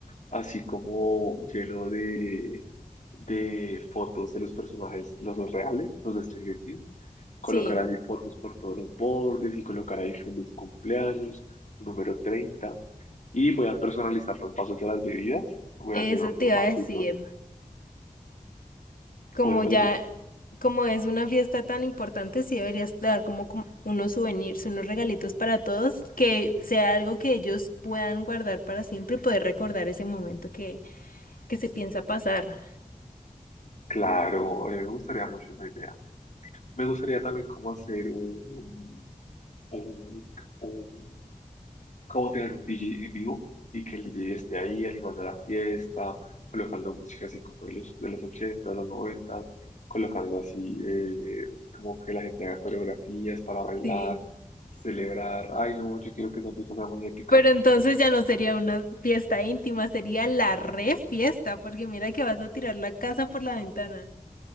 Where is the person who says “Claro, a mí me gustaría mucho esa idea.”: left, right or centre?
Left